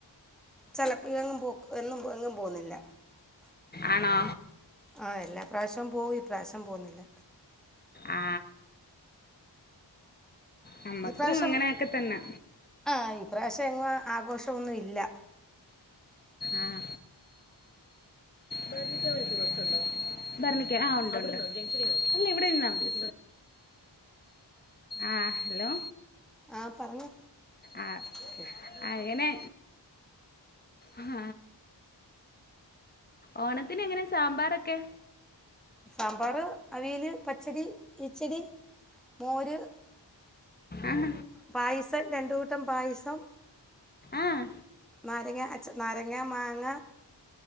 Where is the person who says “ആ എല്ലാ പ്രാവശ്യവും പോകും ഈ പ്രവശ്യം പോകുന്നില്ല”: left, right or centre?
Centre